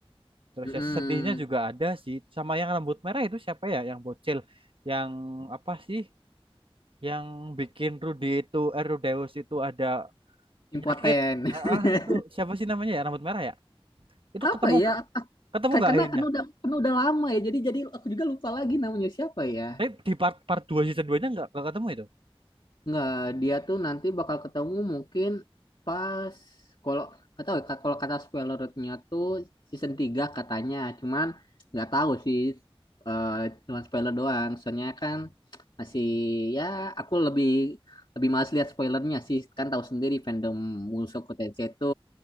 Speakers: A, on the right; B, on the left.
A: Terus
B: Mm-mm.
A: ya sedihnya juga ada sih. Sama yang rambut merah itu siapa ya? Yang bocil, yang apa sih? Yang bikin Rudy itu, eh, Rudeus itu ada penyakit.
B: Impoten. <laughs>
A: Ah, ah, itu siapa sih namanya ya? Rambut merah ya? Itu
B: apa
A: ketemu
B: ya?
A: nggak?
B: Ak-
A: Ketemu
B: kayak
A: nggak
B: Karena
A: akhirnya?
B: kan udah karena udah lama ya. Jadi jadi aku juga lupa lagi namanya siapa ya.
A: Tapi di part part 2 season 2-nya nggak nggak ketemu itu.
B: Nggak, dia tuh nanti bakal ketemu mungkin pas kalau nggak tahu ya, kalau kata spoilernya tuh season 3 katanya. Cuman nggak tahu sih eh cuman spoiler doang. Soalnya kan masih ya aku lebih lebih males lihat spoilernya sih kan tahu sendiri fandom Mushoku Tensei itu